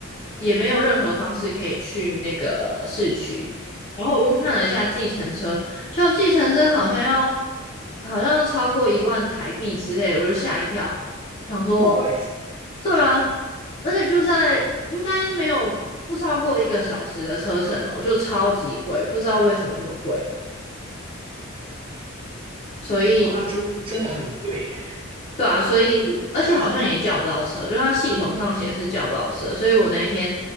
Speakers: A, on the left (about 35°); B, on the right (about 25°).
A: 也没有任何方式可以去那个市区。然后我就看了一下计程车，就计程车好像要好像要超过一万台币之类的，我就吓一跳，想说
B: 这么贵。
A: 对啊，而且就在应该没有不超过一个小时的车程哦，就超级贵，不知道为什么这么贵。所以
B: 哇，那真真的很贵耶，
A: 对啊，所以而且好像也叫不到车，就它系统上显示叫不到车，所以我那一天